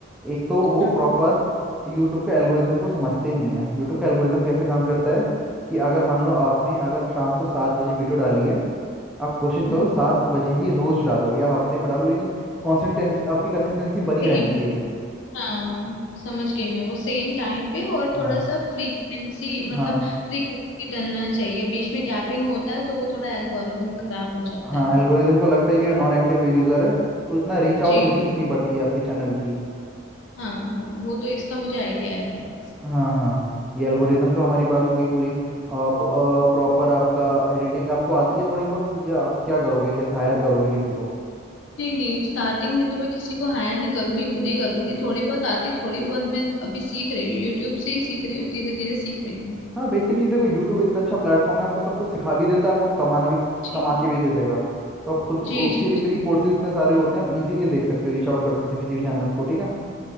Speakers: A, in the centre; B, on the left.
A: एक तो वो
B: हाँ
A: प्रॉपर यूट्यूब के एल्गोरिदम को समझते नहीं है यूट्यूब का एल्गोरिदम कैसे काम करता है कि अगर मान लो आपने अगर शाम को सात बजे वीडियो डाली है आप कोशिश
B: हम्म
A: करो सात बजे ही रोज डालो या हफ्ते में डालो लेकिन कॉन्सिस्टेंस आपकी कंसिस्टेंसी बनी
B: सेम
A: रहनी चाहिए
B: हाँ समझ गई मैं वो सेम टाइम पे और थोड़ा
A: हाँ
B: सा फ्रीक्वेंसी मतलब
A: हाँ
B: फ्रीक्वेंटली डलना चाहिए बीच में गैपिंग होता है तो वो थोड़ा एल्गोरिदम खराब हो जाता
A: हाँ
B: है
A: एल्गोरिदम को लगता है ये नॉन एक्टिव यूजर है तो इतना रीच आउट
B: जी
A: रीच
B: जी,
A: नहीं बढ़ती है आपके चैनल की
B: हाँ हाँ वो तो इसका मुझे आइडिया है थोड़ा
A: हाँ हाँ ये एल्गोरिदम का हमारी बात हो गई पूरी अब प्रॉपर आपका एडिटिंग आपको आती है थोड़ी बहुत या आप क्या करोगे कैसे हायर करोगे किसी को
B: नहीं नहीं स्टार्टिंग में तो मैं किसी को हायर नहीं करूंगी खुद ही करूंगी थोड़ी बहुत आती है थोड़ी बहुत मैं अभी सीख रही हूँ यूट्यूब से ही सीख रही हूँ धीरे धीरे सीख रही हूँ
A: हाँ बेसिकली देखो यूट्यूब इतना अच्छा प्लेटफॉर्म है आपको सब कुछ सिखा भी देता है आपको कमाना भी
B: जी
A: कमा के भी दे देगा तो आप खुद को
B: जी जी
A: फ्री
B: जी
A: फ्री कोर्सेज इतने सारे होते हैं आप इजीली देख सकते हो रीच आउट कर सकते हो किसी भी चैनल को ठीक है